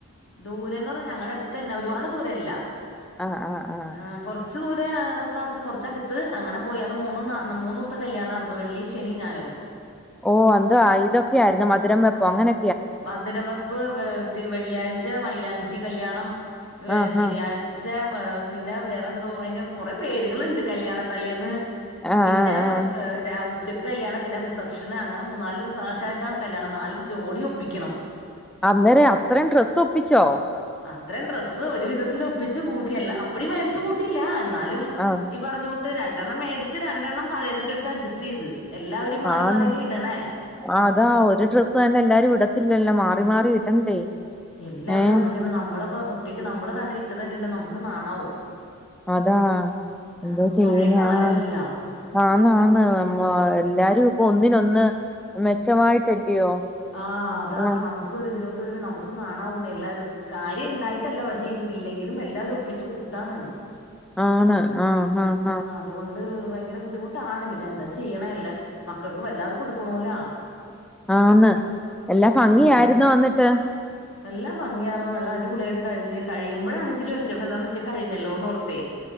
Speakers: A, on the left; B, in the centre.
A: ദൂരെന്ന് പർ ഞങ്ങടെ അട്ത്തെന്നെ ഒരുപാട് ദൂരല്ല
B: ആ ആ ആ
A: ആ കൊർച്ചൂരെ <unintelligible> കൊർച്ചട്ത്ത് അങ്ങനെ പോയി അത് മൂന്ന്ന്നാ ന്ന് മൂന്നുസ്ത്തെ കല്യാണാർന്നു വെള്ളി, ശെനി, ഞായറും
B: ഓ അതാ ഇതൊക്കായിരുന്നു മധുരം വെപ്പോ അങ്ങനെ
A: മധുരം വെപ്പ് വെള്ളിയാഴ്ച മൈയിലാഞ്ചി കല്യാണം
B: ആഹ്
A: ശനിയാ
B: ആഹ്
A: ഴ്ച പ പിന്നെ വേറെന്തോ അയിന് കൊറെ പേരുകളുണ്ട് കല്യാണത്തലേന്ന്
B: ആഹ്
A: പിന്നെ
B: ആഹ് ആഹ്
A: രാ ഉച്ചക്ക് കല്യാണം പിന്നെ റിസപ്ഷന് അങ്ങനെ മൂന്നാലുസം ഷായിട്ടാണ് കല്യാണം നാലും ജോഡി ഒ പ്പിക്കണം
B: അന്നേരെ അത്രേം ഡ്രസ്സൊപ്പിച്ചോ
A: അത്രേം ഡ്രസ്സ് ഒരു വിധത്തിൽ ഒപ്പിച്ച് കൂട്ടിയെല്ലാ അപ്പടി മേടിച്ചു കൂട്ടില്ല എന്നാലും
B: ആഹ്
A: ഇ ഇ പർഞ്ഞൂട്ട് രണ്ടെണ്ണം മേടിച്ച് രണ്ടെണ്ണം പഴേതൊക്കെട്ത്ത് അഡ്ജസ്റ്റെയ്ത് എല്ലാവരും മാറി
B: ആന്ന്
A: മാറിയല്ലേ ഇട്ണേ
B: ആ അതാ ഒരു ഡ്രസ്സ് തന്നെ എല്ലാരും ഇടത്തില്ലല്ലോ മാറി മാറി ഇടണ്ടേ
A: എല്ലാവരും
B: ഏഹ്
A: അങ്ങനെണ് നമ്മളപ്പോ ഒറ്റയ്ക്ക് നമ്മള് തന്നെ ഇട്ട് തന്നെ ഇട്ടാ നമുക്ക് നാണാവും
B: അതാ എന്തോ
A: ആഹ്
B: ചെയ്യുന്നേ
A: പഴയ കാലല്ലല്ലോ
B: ആ ആണ് ആണ് നമ്മാ എല്ലാരും ഇപ്പൊ ഒന്നിനൊന്ന് മെച്ചമായിട്ടല്ലയോ
A: ആഹ് അതാണ്
B: ആഹ്
A: നമുക്ക് ഒരു ഇതിലോട്ട് വരുമ്പോ നമുക്ക് നാണാവുല്ലേ എല്ലാരും കാര്യം ഇണ്ടായിട്ടല്ല പക്ഷെ ഇല്ലെങ്കിലും എല്ലാവരും ഒപ്പിച്ചു കൂട്ടാണ്
B: ആണ് ആഹ് ആഹ് ആഹ്
A: അതുകൊണ്ട് ഭയങ്കര ബുദ്ധിമുട്ടാണ് പിന്നെ എന്താ ചെയ്യണല്ല മക്കക്കും എല്ലാവർക്കും എടുക്കണോല്ല
B: ആന്ന് എല്ലാ ഭംഗിയായിരുന്നു
A: പിന്നെ
B: വന്നിട്ട്
A: എല്ലാം ഭങ്ങിയറണം നല്ല അടിപൊളിയായിട്ട് കഴിഞ് കഴിയ്പോഴാണ് ഇച്ചരി വിശം എന്താന്ന് വെച്ചാ കഴിഞ്ഞല്ലോ എന്ന്ോർത്തേ